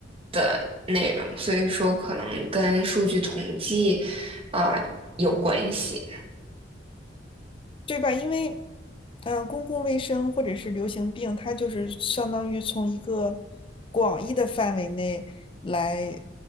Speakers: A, on the right; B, on the left.
A: 的内容，所以说可能跟数据统计啊、呃有关系，
B: 对吧？因为，呃，公共卫生或者是流行病，它就是相当于从一个广义的范围内来